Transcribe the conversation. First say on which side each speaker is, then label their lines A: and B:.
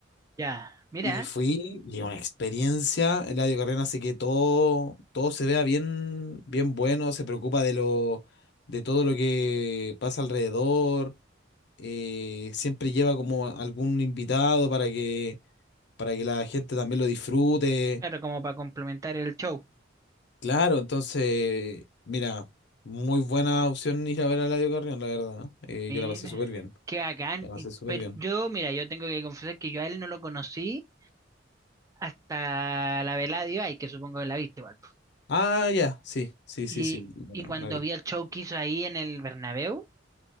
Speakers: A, on the right; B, on the left.
A: ya. Mira,
B: Y fui, y una experiencia, Eladio Carrera hace que todo, todo se vea bien, bien bueno, se preocupa de lo, de todo lo que pasa alrededor, eh, siempre lleva como algún invitado para que, para que la gente también lo disfrute.
A: claro, como para complementar el show.
B: Claro, entonces, mira, muy buena opción ir a ver a Eladio Carrión, la verdad. Eh,
A: Mira,
B: yo la pasé súper bien.
A: qué bacán.
B: La pasé
A: Y-
B: súper
A: Pero
B: bien.
A: yo, mira, yo tengo que confesar que yo a él no lo conocí hasta la velada de Ibai, que supongo que la viste igual. po.
B: Ah, ya, sí, sí, sí,
A: Y,
B: sí, la,
A: y cuando
B: la vi.
A: vi el show que hizo ahí en el Bernabéu,